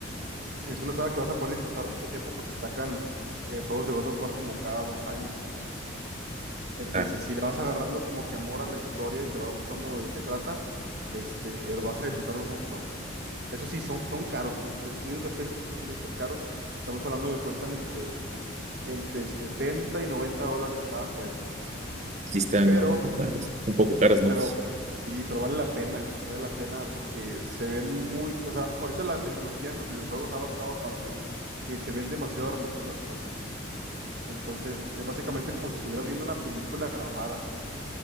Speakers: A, on the right (about 55°); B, on the right (about 35°).
A: es una saga que vas a poder disfrutar mucho tiempo porque sacan eh, juegos de God of War como cada dos años. Entonces,
B: Ah,
A: si le vas agarrando como que amor a la historia y te va gustando de qué trata, este, lo vas a disfrutar un montón. Eso sí, son, son caros. Los exclusivos de PlayStation suelen ser caros. Estamos hablando de que cuestan entre, entre 70 y 90 dólares cada juego.
B: sí están
A: Pero,
B: un poco caros, un poco caros, ¿no?
A: pero sí, pero vale la pena. Vale la pena porque se ven muy. O sea, ahorita la tecnología en los videojuegos ha avanzado tanto que se ven demasiado realistas las cosas. Entonces, es básicamente como si estuvieras viendo una película grabada.